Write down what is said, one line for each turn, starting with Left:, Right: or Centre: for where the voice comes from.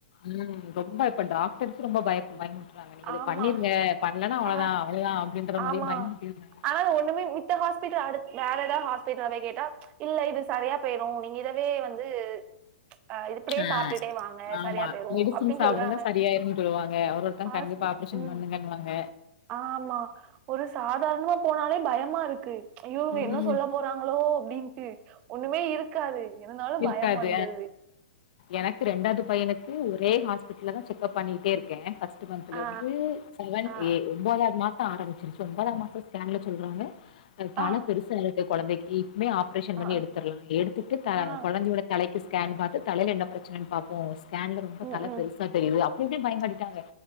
Left: ம் ரொம்ப இப்ப டாக்டர்ஸ் ரொம்ப பய பயமுடுத் றாங்க நீங்க இது
Right: ஆமா
Left: பண்ணிருங்க பண்லனா அவ்ளோதா
Right: ஆ
Left: அவ்ளதா அப்டின்ற மாரியே
Right: ஆமா
Left: பயமுறுத்திறாங்க
Right: ஆனா ஒண்ணுமே மித்த ஹாஸ்பிட்டல் அடுத் வேற ஏதா ஹாஸ்பிட்டல போய் கேட்டா இல்ல இது சரியா போய்ரு நீங்க இதவே வந்து அ இப்படியே
Left: ஆ
Right: சாப்பிட்டுட்டே வாங்க
Left: ஆமா
Right: சரியா போயிரும்
Left: மெடிசின்
Right: அப்படின்னு
Left: சாப்புடுங்க
Right: சொல்றாங்க
Left: சரியாய்ருன் சொல்லுவாங்க ஒரு ஒருத்தங்
Right: ஹாஸ்பி
Left: கண்டிப்பா ஆப்ரேஷன்
Right: ம்
Left: பண்ணுங்கன்வாங்க
Right: ஆமா ஒரு சாதார்ணமா போனாலே பயமாருக்கு ஐயோ இவ்ங்க
Left: ம்.
Right: என்ன சொல்ல போறாங்ளோ அப்டின்டு ஒண்ணுமே இருகாது இருந்தாலு
Left: இருக்காது.
Right: பயம் வந்தது
Left: எனக்கு ரெண்டாது பையனுக்கு ஒரே ஹாஸ்பிடல்லதா செக்கப் பண்ணிட்டே இருக்கே ஃபஸ்ட் ஃபஸ்ட் மன்த்ல
Right: ஆ
Left: இருந்து செவன்
Right: ஆ
Left: ஏ ஒம்போதாது மாசோ ஆரம்பிச்சுருச்சு ஒம்போதா மாசோ ஸ்கேன்ல சொல்றாங்க தல
Right: ஆ ஆ
Left: பெருசா இருக்கு கொழந்தைக்கி இப்பமே ஆப்ரேஷன் பண்ணி
Right: ஆ ஆ
Left: எடுத் தற்லா எடுத்துட்டு த
Right: ஆ
Left: கொழந்தையோட தலைக்கு ஸ்கேன் பாத்து தலைல என்ன ப்ரச்சனன் பாப்போ ஸ்கேன்ல ரொம்ப
Right: ம்
Left: தல
Right: ம்
Left: பெருசா தெரிது அப்டி அப்டி பயங்காட்டிட்டாங்க